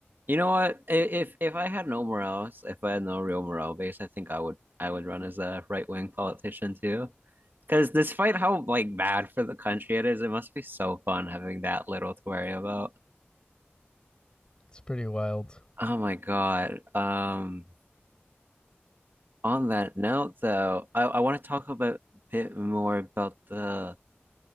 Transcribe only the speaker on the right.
You know what? I- If if I had no morals, if I had no real moral base, I think I would I would run as a right wing politician too. Because despite how like bad for the country it is, it must be so fun having that little to worry about.
Oh my God. Um, on that note though, I, I want to talk about a bit more about the